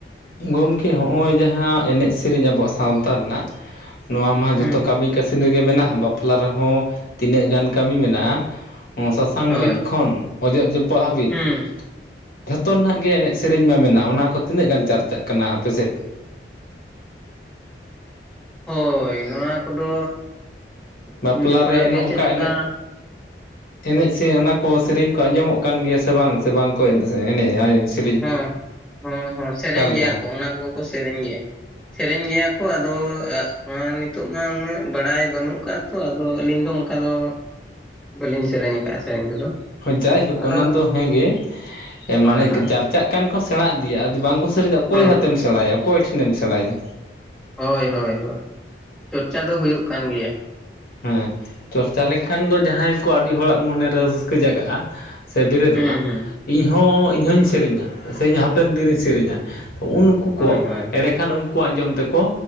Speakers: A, on the left (about 50°); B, in the centre.
A: ᱜᱚᱢᱠᱮ ᱦᱚᱸᱜᱼᱚᱭ ᱡᱟᱦᱟᱸ ᱮᱱᱮᱡ ᱥᱮᱨᱮᱧ ᱟᱵᱚᱣᱟᱜ ᱥᱟᱶᱛᱟ ᱨᱮᱱᱟᱜ ᱱᱚᱣᱟ ᱢᱟ
B: ᱦᱩᱸ
A: ᱡᱚᱛᱚ ᱠᱟᱹᱢᱤ ᱠᱟᱹᱥᱱᱤ ᱜᱮ ᱢᱮᱱᱟᱜᱼᱟ ᱵᱟᱯᱞᱟ ᱨᱮᱦᱚᱸ ᱛᱤᱱᱟᱹᱜ ᱜᱟᱱ ᱠᱟᱹᱢᱤ ᱢᱮᱱᱟᱜᱼᱟ <inaudible> ᱥᱟᱥᱟᱝ
B: ᱦᱳᱭ
A: ᱨᱤᱫ ᱠᱷᱚᱱ ᱚᱡᱚᱜ ᱡᱚᱯᱟᱜ ᱦᱟᱹᱵᱤᱡ
B: ᱦᱩᱸ
A: <inaudible> ᱡᱷᱚᱛᱚ ᱨᱮᱱᱟᱜ ᱜᱮ ᱮᱱᱮᱡ ᱥᱮᱨᱮᱧ ᱢᱟ ᱢᱮ ᱚᱱᱟ ᱠᱚ ᱛᱤᱱᱟᱹᱜ ᱜᱟᱱ ᱪᱟᱨᱪᱟᱜ ᱠᱟᱱᱟ ᱟᱯᱮᱥᱮᱫ <inaudible>
B: ᱦᱳᱭ ᱱᱚᱣᱟ ᱠᱚᱫᱚ
A: ᱵᱟᱯᱞᱟ
B: ᱯᱩᱭᱞᱩ ᱠᱷᱚᱱᱟᱜ
A: ᱨᱮ
B: ᱜᱮ
A: ᱱᱚᱜᱼᱚᱝᱠᱟ
B: ᱪᱮᱫ ᱞᱮᱠᱟ
A: ᱮᱱᱮᱡ
B: <inaudible>
A: ᱮᱱᱮᱡ ᱥᱮ ᱚᱱᱟ ᱠᱚ ᱥᱮᱨᱮᱧ ᱠᱚ ᱟᱸᱡᱚᱢᱚᱜ ᱠᱟᱱ ᱜᱮᱭᱟ ᱥᱮ ᱵᱟᱝ ᱥᱮ ᱵᱟᱝ ᱠᱚ ᱮᱱᱮᱡ <inaudible>
B: ᱦᱚᱸ ᱦᱚᱸ ᱦᱚᱸ ᱥᱮᱨᱮᱧ
A: ᱚᱠᱟ ᱞᱮᱠᱟ
B: ᱜᱮᱭᱟ ᱠᱚ ᱚᱱᱟ ᱠᱚᱜᱮ ᱠᱚ ᱥᱮᱨᱮᱧ ᱜᱮᱭᱟ <inaudible> ᱥᱮᱨᱮᱧ ᱜᱮᱭᱟ ᱠᱚ ᱟᱫᱚ ᱱᱤᱛᱚᱜ ᱢᱟ ᱩᱱᱟᱹᱜ ᱵᱟᱲᱟᱭ ᱵᱟᱹᱱᱩᱜ ᱟᱠᱟᱫ <inaudible> ᱛᱚ ᱟᱫᱚ ᱟᱹᱞᱤᱧ ᱫᱚ ᱚᱱᱠᱟ ᱫᱚ ᱵᱟᱹᱞᱤᱧ ᱥᱮᱨᱮᱧ ᱟᱠᱟᱫᱼᱟ ᱥᱮᱨᱮᱧ ᱠᱚᱫᱚ <inaudible>
A: ᱡᱟᱭᱦᱳᱠ ᱚᱱᱟ
B: ᱟᱨ
A: ᱫᱚ ᱦᱮᱸᱜᱮ
B: ᱦᱳᱭ
A: ᱢᱟᱱᱮ
B: ᱦᱳᱭ
A: ᱪᱟᱨ <inaudible> ᱪᱟᱜᱠᱟᱱ ᱠᱚ ᱥᱮᱬᱟ ᱤᱫᱤᱭᱟ ᱟ ᱵᱟᱝᱠᱚ ᱥᱮᱨᱮᱧᱟ ᱚᱠᱚᱭ
B: ᱦᱚᱸ
A: ᱦᱟᱛᱮᱢ ᱥᱮᱬᱟᱭᱟ ᱚᱠᱚᱭ ᱴᱷᱮᱱᱮᱢ ᱥᱮᱬᱟᱭᱟ <inaudible>
B: ᱦᱳᱭ ᱦᱳᱭ ᱦᱳᱭ ᱪᱚᱨᱪᱟ ᱫᱚ ᱦᱩᱭᱩᱜ ᱠᱟᱱ ᱜᱮᱭᱟ <inaudible>
A: ᱦᱮᱸ ᱪᱚᱨᱪᱟ ᱞᱮᱠᱷᱟᱱ ᱫᱚ ᱡᱟᱦᱟᱸᱭ ᱠᱚ ᱟᱹᱰᱤ ᱦᱚᱲᱟᱜ ᱢᱚᱱᱮᱨᱮ ᱨᱟᱹᱥᱠᱟᱹ ᱡᱟᱜᱟᱜᱼᱟ <inaudible> ᱥᱮ ᱵᱮᱨᱮᱫᱚᱜᱼᱟ
B: ᱦᱩᱸ ᱦᱩᱸ
A: ᱤᱧᱦᱚᱸ ᱤᱧᱦᱚᱧ ᱥᱮᱨᱮᱧᱟ ᱥᱮ ᱤᱧ ᱦᱟᱯᱮᱱ ᱫᱤᱱᱤᱧ ᱥᱮᱨᱮᱧᱟ ᱛᱚ ᱩᱱ <inaudible> ᱩᱱᱠᱩ
B: ᱦᱳᱭ
A: ᱠᱚ
B: ᱦᱳᱭ
A: ᱮᱲᱮ ᱠᱷᱟᱱ ᱩᱱᱠᱩ ᱟᱸᱡᱚᱢ ᱛᱮᱠᱚ